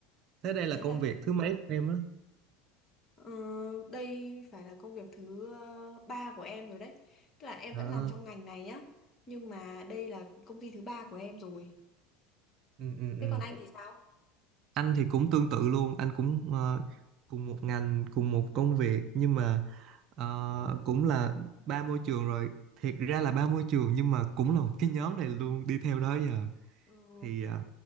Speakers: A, on the right; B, on the left.
A: Thế đây là
B: Đấy
A: công
B: là
A: việc thứ mấy của em á?
B: ờ, đây phải là công việc thứ ờ, ba của em rồi đấy. Tức là em
A: À.
B: vẫn làm trong ngành này nhá. Nhưng mà đây là công ty thứ ba của em rồi.
A: Ừ, ừ,
B: Thế
A: ừ.
B: còn anh thì sao?
A: Anh thì cũng tương tự luôn, anh cũng ờ, cùng một ngành, cùng một công việc nhưng mà ờ, cũng là ba môi trường rồi. Thiệt ra là ba môi trường nhưng mà cũng là một cái nhóm này luôn đi theo đó giờ.
B: Ừ.
A: Thì ờ,